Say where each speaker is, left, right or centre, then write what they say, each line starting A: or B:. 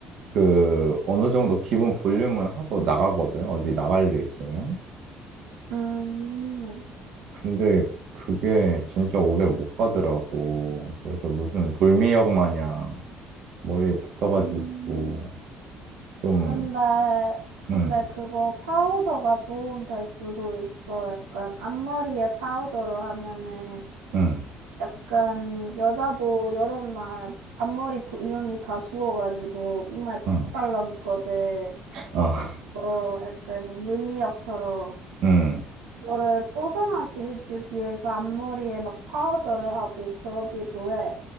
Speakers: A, on the right; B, on the right.
A: 그 어느 정도 기본 볼륨은 하고 나가거든. 어디 나갈 일 있으면.
B: 음.
A: 근데 그게 진짜 오래 못 가더라고. 그래서 무슨 돌미역 마냥 머리에 붙어가지고
B: 음.
A: 좀
B: 근데, 근데
A: 응,
B: 그거 파우더가 도움 될 수도 있어. 약간 앞머리에 파우더로 하면은
A: 응,
B: 약간 여자도 여름날 앞머리 볼륨이 다 죽어가지고 이마에 착
A: 응,
B: 달라붙거든.
A: 아, <laughs>
B: 뭐 약간 물미역처럼
A: 응.
B: 그거를 뽀송하게 해주기 위해서 앞머리에 막 파우더를 하고 그러기도 해.